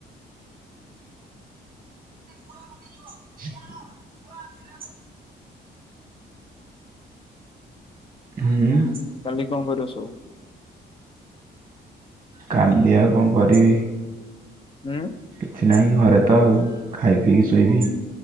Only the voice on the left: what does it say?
ଓ
କାଲି କଣ କରିବ ସବୁ?
ହୁଁ